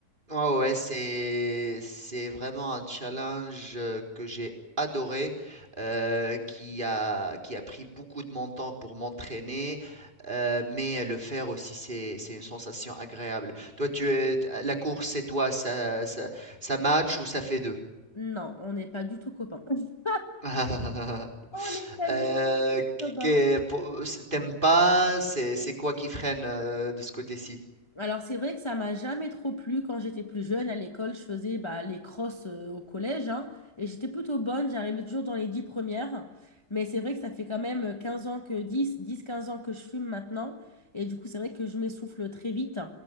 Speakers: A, on the right (about 25°); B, on the left (about 15°).
A: Ouais, ouais, c'est c'est vraiment un challenge euh, que j'ai adoré, euh, qui a qui a pris beaucoup de mon temps pour m'entraîner, euh, mais le faire aussi c'est c'est une sensation agréable. Toi, tu es t- la course, c'est toi, ça, ça ça match ou ça fait deux?
B: Non, on n'est pas du tout copains. <laughs>
A: <laughs>
B: On n'est pas
A: Euh,
B: du tout
A: qui-
B: copains.
A: que- pour- c'est- t'aimes pas, c'est c'est quoi qui freine euh, de ce côté-ci?
B: Alors, c'est vrai que ça m'a jamais trop plu quand j'étais plus jeune. À l'école, je faisais bah, les crosses euh, au collège hein, et j'étais plutôt bonne. J'arrivais toujours dans les 10 premières. Mais c'est vrai que ça fait quand même euh, quinze ans que dix, dix quinze ans que je fume maintenant. Et du coup, c'est vrai que je m'essouffle très vite.